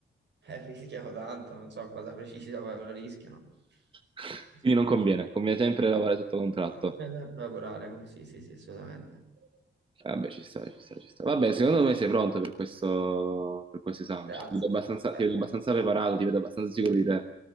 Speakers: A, on the right; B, on the right.
A: eh, rischiano tanto, non so cosa precisa, ma rischiano.
B: <laughs>
A: Bisogna
B: Quindi non conviene, conviene sempre lavorare sotto contratto.
A: sempre lavorare, come- sì, sì, sì, assolutamente.
B: Eh, Vabbè, ci sta, ci sta, ci sta. Vabbè, secondo me sei pronto per questo, per questo esame.
A: Grazie.
B: Cioè, Ti vedo abbastanza,
A: Grazie
B: ti vedo abbastanza preparato, ti vedo abbastanza sicuro di te.